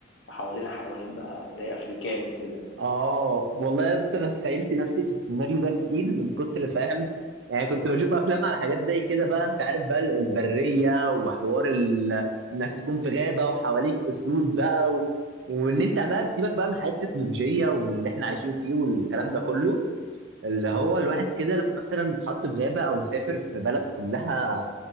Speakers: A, on the left; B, on the right.
A: وحوالينا حيوانات بقى زي افريكان وكده
B: اه والله بس انا تخيلت نفسي في السيناريو ده كتير من كتر فاهم يعني كنت بشوف افلام على حاجات زي كده بقى انت عارف بقى ال- البريه وحوار ال... انك تكون في غابه وحواليك اسود بقى و... وان انت بقى سيبك بقى من حياه التكنولوجيا واللي احنا عايشين فيه والكلام ده كله اللي هو الواحد
A: <laughs>
B: كده لو مثلا اتحط في غابه او سافر في بلد كلها